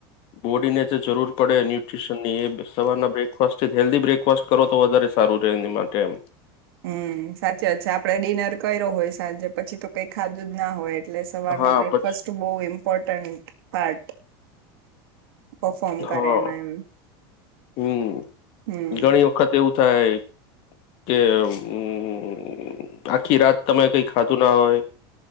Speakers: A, on the left; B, on the right.
A: બોડીને જે જરૂર પડે ન્યુટ્રીશન ની એ સવારના બ્રેકફાસ્ટથી હેલ્ધી બ્રેકફાસ્ટ કરો તો વધારે સારું રહેે એની માટે એમ.
B: હમ્મ સાચી વાત છે આપડે ડિનર કર્યો હોય સાંજે પછી તો કઈ ખાધું જ ના હોય. એટલે સવારનો
A: હા
B: બ્રેકફાસ્ટ
A: પછી
B: બહુ ઇમ્પોર્ટન્ટ પાર્ટ. પફોર્મ કરે
A: હા
B: એમાં એમ
A: હમ્મ
B: હમ
A: ઘણી વખત એવું. થાય કેમ આખી રાત તમે કઈ ખાધું ના હોય